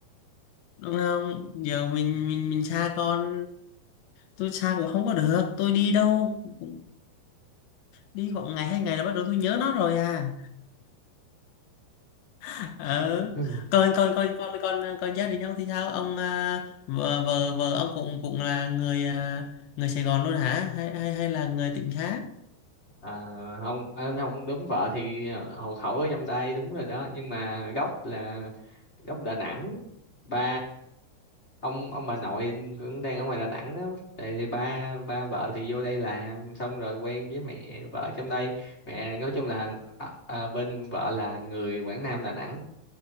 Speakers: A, on the left (about 75°); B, on the left (about 20°).
A: đúng không giờ mình mình mình xa con tôi xa cũng không có được tôi đi đâu cũng- đi khoảng ngày hai ngày là bắt đầu tôi nhớ nó rồi à <laughs> ờ
B: Ừ.
A: còn còn còn còn còn còn gia đình ông thì sao ông à, vợ vợ vợ ông cũng cũng là người à, người Sài Gòn luôn hả hay hay hay là người tỉnh khác
B: À, không ờ, không đúng vợ thì hộ khẩu ở trong đây đúng rồi đó nhưng mà gốc là gốc Đà Nẵng ba ông ông bà nội cũng đang ở ngoài Đà Nẵng đó thì, thì ba ba vợ thì vô đây làm xong rồi quen với mẹ vợ trong đây mẹ nói chung là à, à, bên vợ là người Quảng Nam Đà Nẵng